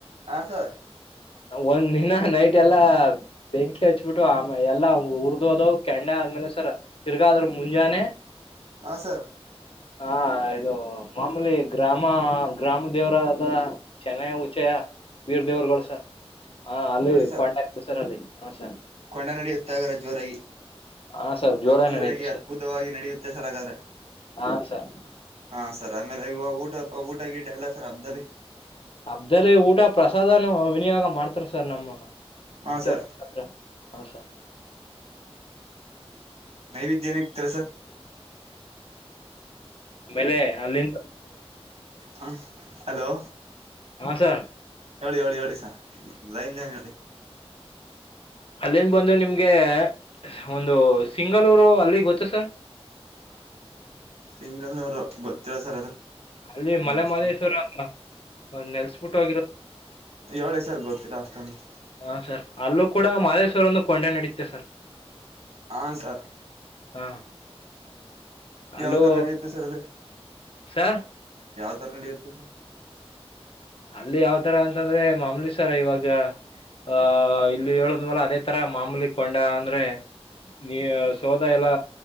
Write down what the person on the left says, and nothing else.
ಒಂದ್ ದಿನ ನೈಟ್ ಎಲ್ಲ ಬೆಂಕಿ ಹಚ್ಬಿಟ್ಟು ಆಮೇ ಎಲ್ಲಾ ಹರ್ಿದು ಅದ ಕೆಂಡ ಆದ್ಮೇಲೆ ಸರ ತಿರ್ಗಾದ್ರ ಮುಂಜಾನೆ
ಹಾ ಇದು ಮಾಮೂಲಿ ಗ್ರಾಮ ಗ್ರಾಮ ದೇವರ ಅದ ಚೆನ್ನ ಉಚಯ ವೀರ್ ದೇವ್ರಗಳು ಸರ್ ಹ ಅಲ್ಲಿ
ಕೊಂಡ ಸರ್ ಅಲ್ಲಿ ಹ ಸರ್
ಹಾ ಸರ್ ಜೋರಾಗಿ
ನಡೀತು ಸರ್
ಹಾ ಸರ್
ಅಬ್್ದಲ್ಲ ಊಟ ಪ್ರಸಾದನ ವಿನಿಯೋಗ ಮಾಡ ಮಾಡ್ತಾರ ಸರ್ ನಮ್ಮ
ದವ
ಹ ಹ ಸರ್
ಆಮೇಲೆ ಅಲ್ಲಿಂದ
ಹಾ ಸರ್
ಅಲ್ಲಿನ್ ಬಂದ ನಿಮ್ಗೆ ಒಂದು ಸಿಂಗಳೂರು ಅಲ್ಲಿ ಗೊತ್ತ ಸರ್
ಅಲ್ಲಿ
ಮಲೆಮಾಲೇಶ್ವರ
ಒ ನೆಲ್ಸ್ಬಿಟ್ಟ ಹೋಗಿರ
ಹಾ ಸರ್ ಅಲ್ಲೂ ಕೂಡ ಮಹದೇಶ್ವರ ಒಂದು ಕೊಂಡೆ ನಡೀುತ್ತೆ ಸರ್
ಹ ಅಲೋ
ಸರ್
ಅಲ್ಲಿ ಯಾವ್ ತರ ಅಂತಂದ್ರೆ ಮಾಮೂಲಿ ಸರ ಇವಾಗ ಆಹ ಇಲ್ಲಿ ಹೇಳದ್ ಮೇಲ ಅದೇ ತರ ಮಾಮೂಲಿ ಕೊಂಡ ಅಂದ್ರೆ ನೀ ಸೋದ ಎಲ್ಲ